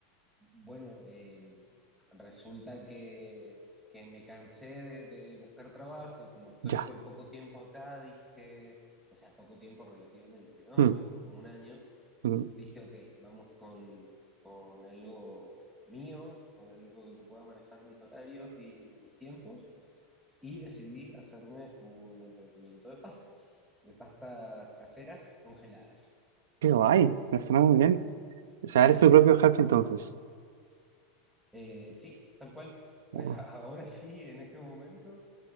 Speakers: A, in the centre; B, on the right (about 85°).
A: bueno, eh, resulta que, que me cansé de, de buscar trabajo y como estoy
B: Ya.
A: por poco tiempo acá, dije, o sea, poco tiempo relativamente, ¿no?
B: Mm,
A: Voy a estar como un año.
B: mm,
A: dije, ok, vamos con, con algo mío, con algo que yo pueda manejar mis horarios y mis tiempos, y decidí hacerme un emprendimiento de pastas, de pastas caseras congeladas.
B: Qué guay, me suena muy bien. O sea,
A: Sí,
B: eres tu propio jefe entonces.
A: eh, sí, tal cual. <laughs>
B: Oh,
A: Ahora sí, en este momento,